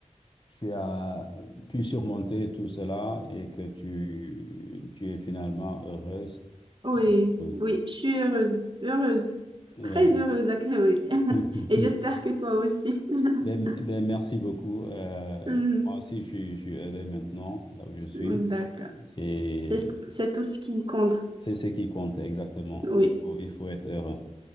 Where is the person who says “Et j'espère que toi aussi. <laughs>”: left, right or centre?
Right